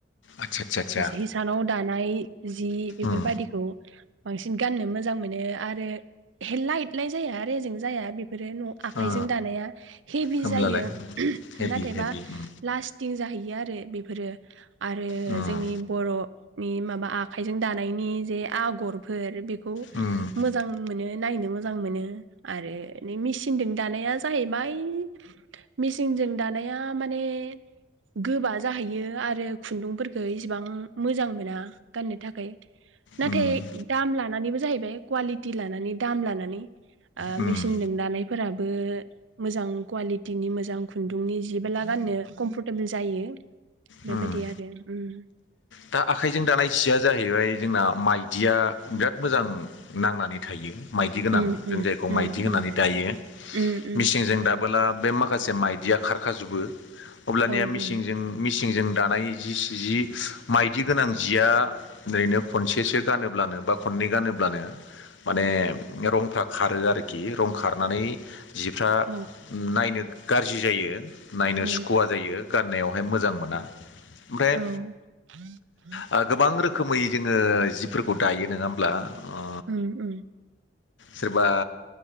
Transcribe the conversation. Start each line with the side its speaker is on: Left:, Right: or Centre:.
Left: आदसा आदसा आदसा
Right: हि सानाव दानाय जि बेफोरबायदि
Left: उम
Right: बांसिन गाननो मोजां मोनो आरो लाइट लाइट जाया रेजें जाया बे बेफोरो न' आखाइजों
Left: ओ
Right: दानाया हेभि
Left: होमब्लालाय
Right: जायो
Left: हेभि
Right: नाथायबा
Left: हेभि उम
Right: लास्टिं जाहैयो आरो आरो बेफोरो आरो
Left: उम
Right: जोंनि बर'नि माबा आखाइजों दानायनि जे आगरफोर बेखौ
Left: उम
Right: मोजां मोनो नायनो मोजां मोनो आरो मिसिनजों दानाया जाहैबाय मिसिन जों दानाया माने गोबा जाहैयो आरो खुन्दुंफोरखौ इसिबां मोजां मोना गाननो थाखाय नाथाय
Left: उम
Right: दाम लानानैबो जाहैबाय कुवालिटि लानानै दाम लानानै ओ
Left: उम
Right: मेसिनजों दानायफोराबो मोजां कुवालिटिनि मोजां खुन्दुंनि जेबो लागोन होननो कमफरटेबोल जायो
Left: उम
Right: बेबायदि आरो ओम
Left: दा आखाइजों दानाय जिया जाहैबाय जोंना माइदिया बिराद मोजां नांनानै थायो माइदि गोनां
Right: उम
Left: जों
Right: उम
Left: जायखौ
Right: उम
Left: माइदि होनानै दायो
Right: उम उम
Left: मेसिंजों दाबोला बे माखासे माइदिया खारखा जोबो अब्लानिया
Right: उम औ
Left: मिसिंजों
Right: नंगौ
Left: मिसिंजों दानाय जि माइदि गोनां जिया ओरैनो खनसेसो गानोब्लानो बा खननै गानोब्लानो माने रंफ्रा खारो आरोखि रं खार खारनानै जिफ्रा
Right: औ
Left: नायनो गाज्रि जायो नायनो
Right: उम
Left: सुखुवा जायो गाननायावहाय मोजां मोना ओमफ्राय
Right: औ <inaudible>
Left: ओ गोबां रोखोमै जोङो जिफोरखौ दायो नोङा होमब्ला ओ
Right: उम उम
Left: सोरबा